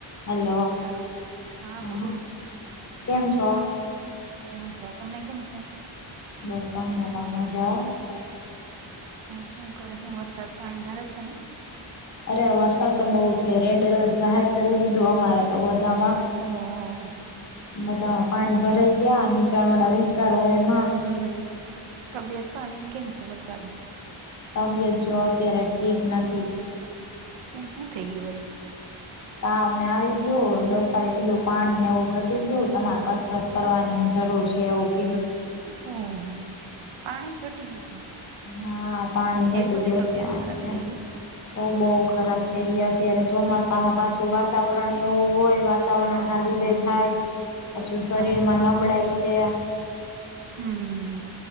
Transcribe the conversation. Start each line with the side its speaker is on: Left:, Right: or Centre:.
Left: Hello
Right: hello હા બોલો
Left: હ કેમ છો.
Right: મજા તમને કેમ છે.
Left: બસ અમને પણ મજા હો
Right: એ શું કરે હું વરસાદ પાણી હારા છેને.
Left: અરે વરસાદ તો બહુ છે, રેડ એલર્ટ જાહેર કરી દીધું અમારે તો બધામા
Right: હ હા
Left: બધામાં પાણી ભરાઈ ગયા, નીચાણ વાળા વિસ્તાર હોય એમા
Right: હમ્મ તબિયત પાણી કેમ છે, વરસાદના
Left: તબિયત જો અત્યારે ઠીક નથી.
Right: કેમ શું થઇ ગયુ વરી
Left: તાવને આવી ગયો ડોક્ટરે કીધુ પાણી, ને એવું ઘટી ગયું તમાર કસરત કરવાની જરૂર છે, એવુ કે
Right: ઓહ પાણી ઘટી ગયુ
Left: હા પાણી ઘટી
Right: બધી
Left: ગયુ,
Right: તબિયત
Left: એટલે
Right: ખરાબ થઈ ગઈ
Left: તો બહુ ખરાબ થઈ ગયા અત્યારે ચોમાસામાં પાછું વાતાવરણ એવું હોય, વાત વાતાવરણ
Right: હા
Left: ના
Right: હા
Left: લીધે
Right: હા
Left: થાય
Right: હા
Left: હજુ શરીર
Right: હા એ
Left: માં નબળાય છે.
Right: હમ હમ